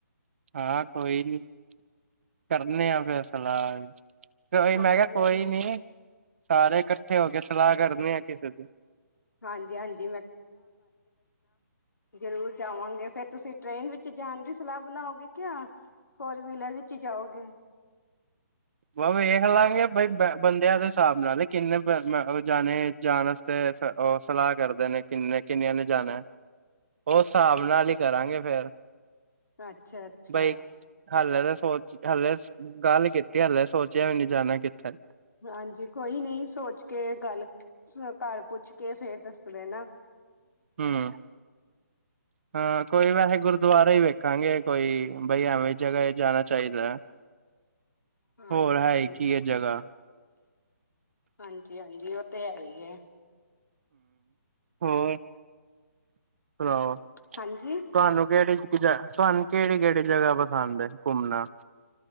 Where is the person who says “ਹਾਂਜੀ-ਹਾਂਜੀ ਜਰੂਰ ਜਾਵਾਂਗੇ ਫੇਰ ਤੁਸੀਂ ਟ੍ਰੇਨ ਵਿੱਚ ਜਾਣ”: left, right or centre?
Left